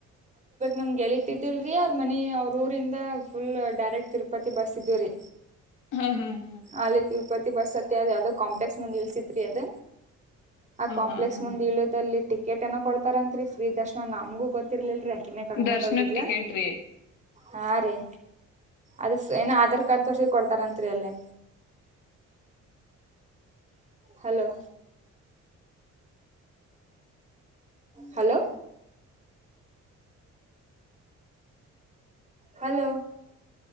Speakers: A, on the right; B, on the left.
A: ನಮ್ಗೆಳೀತಿದ್ದಿಲ್ರರಿ ಅವ್ರ ಮನಿ ಅವ್ರ ಊರಿಂದ ಫುಲ್ ಡೈರೆಕ್ಟ್ ತಿರುಪತಿ ಬಸ್ ಇದ್ ರೀ
B: ಹಾ ಹಾ ಹಾ
A: ಆ ತಿರುಪತಿ ಬಸ್ ಅತ್ತತಿ ಅದ ಯಾವ್ದೋ ಕಾಂಪ್ಲೆಕ್ ಮುಂದ್ ಇಲ್ಸಿತ್ ರೀ ಅದ ಆ
B: ಹಾ
A: ಕಾಂಪ್ಲೆಕ್ಸ್
B: ಹಾ ಹಾ
A: ಮುಂದ್ ಇದ ಅಲ್ಲಿ ಟಿ ಕೇಟ್ ಏನೋ ಕೊಡ್ತಾರಂತ್ರಿ ಫ್ರೀ ದರ್ಶನ ನಮ್ಗೂ ಗೊತ್ತಿರ್ಲಲ್ರಿ ಯಾಕಿನೇ ಕರ್ಕೊಂಡ್
B: ದರ್ಶನಕ್
A: ಹೋಗಿದ್ಲ
B: ಟಿಕೆಟ್ ರೀ
A: ಹಾ ರೀ ಅದ ಏನ ಆಧಾರ್ ಕಾರ್ಡ್ ತೋರ್ಸ ಕೊಡ್ತಾರತ್ರಿ ಅಲ್ಲಿ ಹಲೋ ಹಲೋ ಹಲೋ